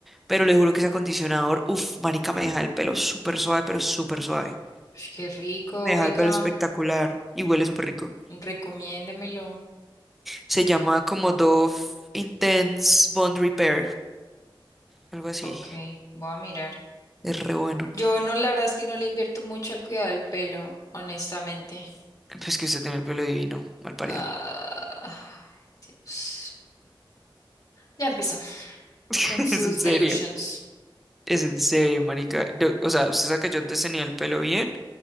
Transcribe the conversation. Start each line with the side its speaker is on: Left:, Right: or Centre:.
Centre: pero le juro que ese acondicionador, uff, marica, me deja el pelo súper suave, pero súper suave.
Left: uf, qué rico,
Centre: Me deja
Left: oiga.
Centre: el pelo espectacular y huele súper rico.
Left: Recomiéndemelo.
Centre: Se llama como Dove Intense Bond Repair, algo así.
Left: Ok, voy a mirar.
Centre: Es re bueno.
Left: Yo no, la verdad es que no le invierto mucho al cuidado del pelo, honestamente.
Centre: Pues que usted tiene el pelo divino, mal parido.
Left: Ah, Dios. Ya empezó.
Centre: <laughs>
Left: Con sus
Centre: Es en serio.
Left: delusions.
Centre: Es en serio, marica. Lo- o sea, usted sabe que yo antes tenía el pelo bien,